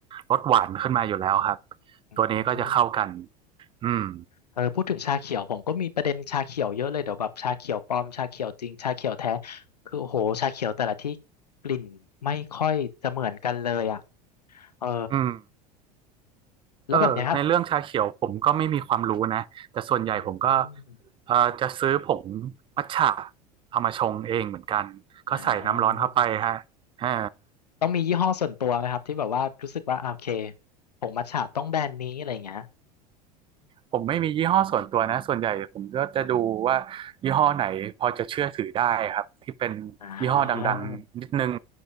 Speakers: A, on the right (about 25°); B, on the left (about 80°).
A: รสหวานขึ้นมาอยู่แล้วครับ
B: อืม
A: ตัวนี้ก็จะเข้ากันอืม
B: เออพูดถึงชาเขียวผมก็มีประเด็นชาเขียวเยอะเลยเดี๋ยวแบบชาเขียวปลอมชาเขียวจริงชาเขียวแท้คือโอ้โหชาเขียวแต่ละที่กลิ่นไม่ค่อยจะเหมือนกันเลยอ่ะเออ
A: อืม
B: แล้วแบบเนี้ยครับ
A: เออในเรื่องชาเขียวผมก็ไม่มีความรู้นะแต่ส่วนใหญ่ผมก็
B: อืม
A: เออจะซื้อผงมัทฉะเอามาชงเองเหมือนกันก็ใส่น้ำร้อนเข้าไปฮะเอา
B: อ่า ต้องมียี่ห้อส่วนตัวไหมครับที่แบบว่ารู้สึกว่าอ่ะโอเคผงมัทฉะต้องแบรนด์นี้อะไรอย่างเงี้ย
A: ผมไม่มียี่ห้อส่วนตัวนะส่วนใหญ่ผมก็จะดูว่ายี่ห้อไหนพอจะเชื่อถือได้ครับที่เป็นยี่ห้อดังๆนิดนึง
B: อ่า